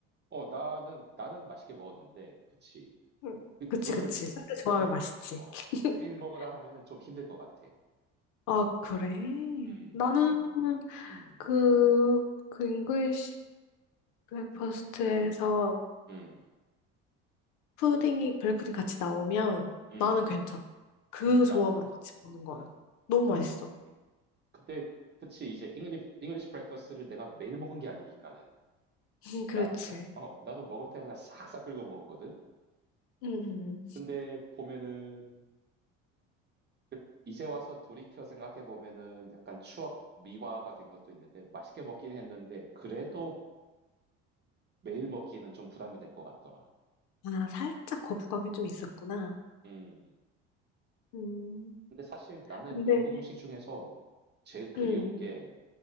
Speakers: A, on the right; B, on the left.
A: 어, 나는 나는 맛있게 먹었는데. 그치.
B: 응.
A: 그, 그거를
B: 그치 그치 순대 좋아하면
A: 매일
B: 맛있지.
A: 어
B: <laughs>
A: 매일 먹으라 하면은 좀 힘들 것 같아.
B: 아 그래?
A: 음.
B: 나는
A: 음.
B: 그그 잉글리시 브레이퍼스트에서
A: 음. 음.
B: 푸딩이 블랙푸딩 같이 나오면
A: 음.
B: 나는 괜찮아. 그
A: 음. 나
B: 조합으로 같이 먹는 거는
A: 음.
B: 너무 맛있어.
A: 음. 근데 그치 이제 잉글리 잉글리시 브렉퍼스트를 내가 매일 먹은 게 아니니까는.
B: <laughs> 음, 그렇지.
A: 나 나 어 나도 먹을 때마다 싹싹 긁어 먹었거든.
B: 음, 음.
A: 근데 보면은 그 이제 와서 돌이켜 생각해 보면은 약간 추억 미화가 된 것도 있는데 맛있게 먹긴 했는데 그래도 매일 먹기에는 좀 부담이 될 것 같더라.
B: 아, 살짝 거부감이 좀 있었구나.
A: 음.
B: 음,
A: 근데 사실 나는
B: 근데
A: 영국 음식 중에서 제일 그리운
B: 음,
A: 게